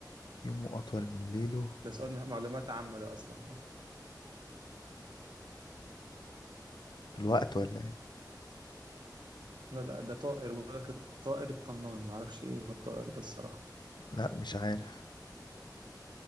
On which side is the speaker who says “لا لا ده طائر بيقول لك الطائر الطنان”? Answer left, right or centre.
Right